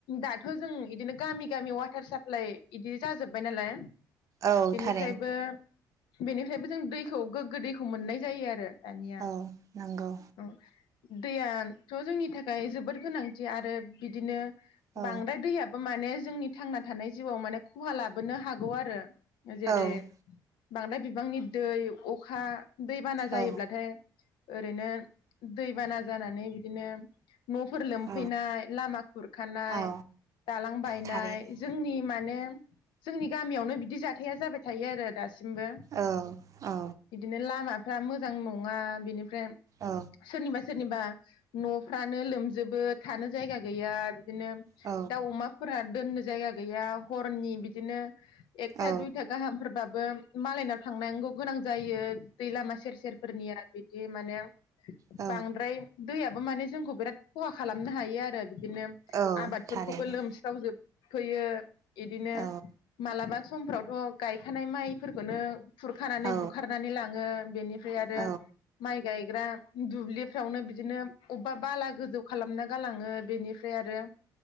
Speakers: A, on the left; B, on the right.
A: दाथ जों इदिनो गामि गामि वाटार साप्लाइ इदि जाजोब्बाय नालाय
B: औ थार
A: फ्रायबो बेनिफ्रायबो जों दैखौ गोग्गो दैखौ मोननाय जायो आरो दानिया
B: औ नंगौ
A: औ दैयाथ' जोंनि थाखाय जोबोद गोनांथि आरो बिदिनो
B: औ
A: बांद्राय दैयाबो माने जोंनि थांना थानाय जिउआव माने खहा लाबोनो हागौ आरो। जेरै
B: औ
A: बांद्राय बिबांनि दै अखा दैबाना जायोब्लाथाय
B: औ
A: ओरैनो दैबाना जानानै बिदिनो न'फोर लोमफैनाय
B: औ
A: लामा खुरखानाय
B: औ
A: दालां बायनाय
B: थारैनो
A: जोंनि माने नेम जोंनि गामियावनो बिदि जाथाया जाबाय थायो आरो दा सिमबो
B: औ औ
A: बिदिनो लामा। फा मोजां नङा बिनि बे
B: औ
A: सोरनिबा सोरनिबा नफ्रानो लोमजोबो थानो जायगा गैया बिदिनो
B: औ
A: दाउ अमाफोरा दोननो जायगा गैया हरनि बिदिनो एकथा
B: औ
A: दुइथा फोरबाबो मालायनाव थांनांगौ गोनां जायो दैलामा सेरसेेरफोरनिया बे दि माने
B: औ
A: बांद्राय दैया। माने जोंखौ बिराद खहा खालामनो हायो आरो बिदिनो
B: औ
A: आबादफोरखौबो
B: थारैनो
A: लोमस्रावजोबफैयो इदिनो
B: औ
A: मालाबा समफ्रावथ गायखानाय माइफोरखोनो खुरखानानै
B: औ
A: बुखारनानै लाङो बेनिफ्राय आरो
B: औ
A: माइ गायग्रा दुब्लि फ्रावनो बिदिनो अबेबा बाला गोजौ खालामना गालाङो बेनि फ्राय आरो